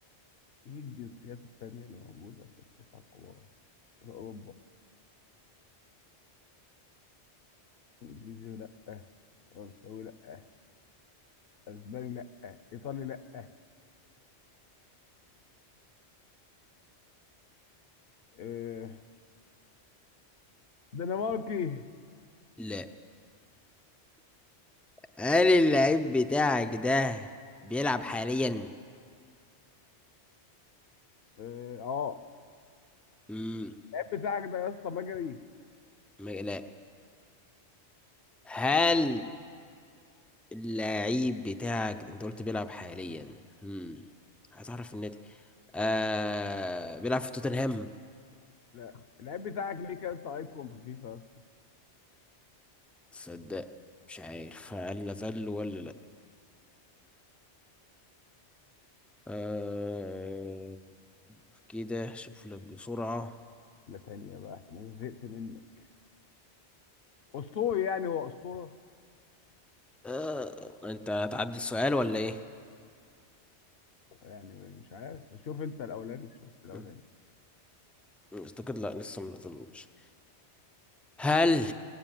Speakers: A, on the left; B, in the centre.
A: ايه الجنسيات التانية اللي موجودة في التسعة الكبار اوروبا انجليزي لا فرنساوي لا اسباني لا ايطالي لا آه، دنماركي
B: لا هل اللعيب بتاعك ده بيلعب حاليا؟
A: اه آه.
B: امم
A: اللعيب بتاعك ده يا اسطى مجري
B: لا هل اللعيب بتاعك ده- انت قلت بيلعب حاليا امم هتعرف النادي آه بيلعب في توتنهام
A: لا اللعيب بتاعك ليه كارت ايكون في فيفا
B: صدق مش عارف هل نزل ولا لا آه كده شوف لك بسرعة
A: لا تانية بقى عشان انا زهقت منك اسطوري يعني هو اسطوره
B: آه انت هتعدي السؤال ولا ايه؟
A: يعني مش عارف شوف انت الاولاني شوف انت الاولاني
B: مم. اعتقد لا لسه ما نزلوش هل